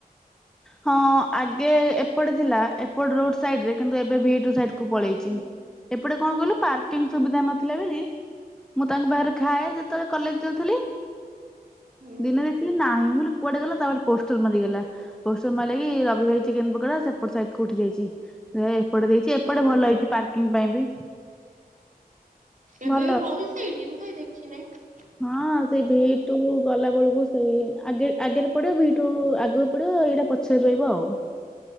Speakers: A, in the centre; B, on the right (about 55°).
A: ହଁ ଆଗେ ଏପଟେ ଥିଲା ଏପଟ ରୋଡ ସାଇଡ ରେ କିନ୍ତୁ ଏବେ ଭିଟୁ ସାଇଡ କୁ ପଳେଇଛିି।
B: ହୁଁ
A: ଏପଟେ କଣ କହିଲୁ ପାର୍କିଂ ସୁବିଧା ନଥିଲା ବୋଲି ମୁଁ ତାଙ୍କ ପାଖରେ ଖାଏ ଯେତେବେଳେ କଲେଜ ଯାଉଥିଲି।
B: ହୁଁ।
A: ଦିନେ ଦେଖିଲି ନାହିଁ ମୁକଲି କୁଆଡେ ଗଲା ତା ପରେ ପୋଷ୍ଟ ସେ ମରିଗଲା ପୋଷ୍ଟର ମାରିଲା କି ରବି ଭାଇ ଚିକେନ ପକୋଡା ସେପଟ ସାଇଟ କୁ ଉଠି ଯାଇଛି। ଏ ଏପଟେ ଦେଇଛି ଏପଟେ
B: ହୁଁ
A: ଭଲ ହେଇଛି ପାର୍କିଂ ପାଇଁ ବି।
B: ଏବେ
A: ଭଲ
B: ବି ହଉଚି ସେଇଠି ମୁଁ କାଇଁ ଦେଖିନହିଁ?
A: ହଁ ସେଇ ଭିଟୁ ଗଲା ବେଳକୁ ସେଇ ଆଗେ ଆଗରେ ପଡିବ ଭିଟ ଟୁ ଆଗକୁ ପଡିବ ଏଇଟା ପଛରେ ରହିବ ଆଉ।